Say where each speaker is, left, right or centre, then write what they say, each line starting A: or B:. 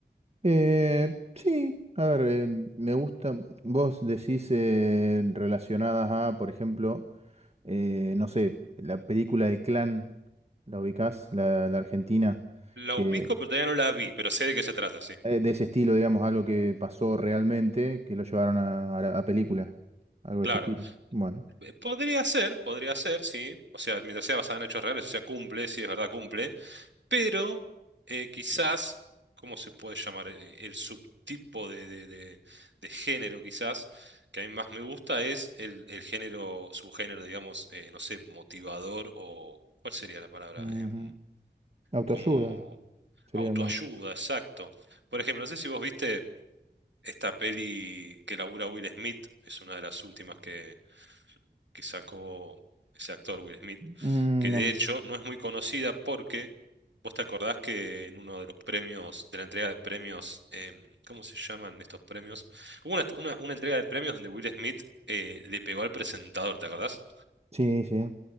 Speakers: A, on the right; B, on the right.
A: Eh, sí, a ver, eh, me gusta, vos decís eh, relacionadas a, por ejemplo, eh, no sé, la película de Clan, ¿la ubicás? La, la argentina,
B: La
A: que
B: ubico, pero todavía no la vi, pero sé de qué se trata, sí.
A: eh, de ese estilo, digamos, algo que pasó realmente, que lo llevaron a, a la- a película, algo de
B: Claro.
A: ese estilo. Bueno.
B: Eh, Podría ser, podría ser, sí. O sea, mientras sea basada en hechos reales, o sea, cumple, sí es verdad, cumple. pero eh, quizás, ¿cómo se puede llamar? Eh, El subtipo de, de- de- de género, quizás, que a mí más me gusta es el, el género, subgénero, digamos, eh, no sé, motivador o, ¿cuál sería la palabra?
A: Ujú.
B: Em,
A: Autoayuda,
B: como
A: sería
B: autoayuda,
A: medio.
B: exacto. Por ejemplo, no sé si vos viste esta peli que labura Will Smith, es una de las últimas que que sacó ese actor Will Smith,
A: Mm,
B: que
A: no,
B: de hecho no es muy conocida porque vos te acordás que en uno de los premios, de la entrega de premios, em, ¿cómo se llaman estos premios? Hubo una, una- una entrega de premios donde Will Smith eh, le pegó al presentador, ¿te acordás?
A: sí, sí.